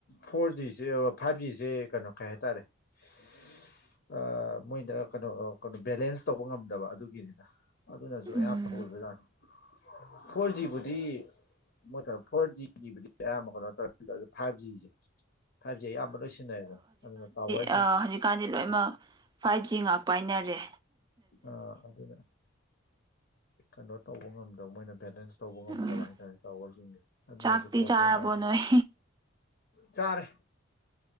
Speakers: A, on the left; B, on the right.
A: ꯐꯣꯔ ꯖꯤꯁꯦ ꯐꯥꯏꯚ ꯖꯤꯁꯦ ꯀꯩꯅꯣ ꯀꯩ ꯍꯥꯏꯇꯥꯔꯦ <unintelligible> ꯑ ꯃꯣꯏꯗ ꯀꯅꯣ ꯀꯅꯣ ꯕꯦꯂꯦꯟꯁ ꯇꯧꯕ ꯉꯝꯗꯕ ꯑꯗꯨꯒꯤꯅꯤꯗ ꯑꯗꯨꯅꯖꯨ
B: ꯎꯝ
A: ꯑꯌꯥꯝꯕ ꯑꯣꯏꯕ ꯖꯅꯤ ꯐꯣꯔ ꯖꯤꯕꯨꯗꯤ ꯃꯣꯏꯒ ꯐꯣꯔ ꯖꯤꯒꯤꯕꯨꯗꯤ ꯑꯌꯥꯝꯕ ꯀꯩꯅꯣ ꯇꯧꯔ ꯑꯗꯨ ꯑꯣꯏꯇꯔꯁꯨ ꯐꯥꯏꯚ ꯖꯤꯁꯦ ꯐꯥꯢꯕ ꯖꯤ ꯑꯌꯥꯝꯕ ꯂꯣꯏ ꯁꯤꯖꯤꯟꯅꯩꯌꯦꯕ ꯑꯗꯨꯅ ꯇꯋꯔ
B: ꯑ ꯍꯧꯖꯤꯛꯀꯥꯟꯗꯤ ꯂꯣꯏꯃꯛ ꯐꯥꯏꯚ ꯖꯤ ꯉꯥꯛ ꯄꯥꯢꯅꯔꯦ
A: ꯑ ꯑꯗꯨꯅ ꯀꯩꯅꯣ ꯇꯧꯕ ꯉꯝꯗꯕ ꯃꯣꯏꯅ ꯚꯦꯂꯦꯟꯁ ꯇꯧꯕ ꯉꯝꯗꯕ
B: ꯎꯝ
A: ꯍꯥꯏꯇꯥꯔꯦ ꯇꯥꯎꯋꯔꯖꯤꯡꯖꯦ ꯑꯗꯨꯅꯁꯨ
B: ꯆꯥꯛꯇꯤ
A: ꯄ꯭ꯔꯣꯕ꯭ꯂꯦꯝ
B: ꯆꯥꯔꯕꯣ
A: ꯌꯥꯝ ꯊꫭꯛꯄ
B: ꯅꯣꯏ
A: ꯆꯥꯔꯦ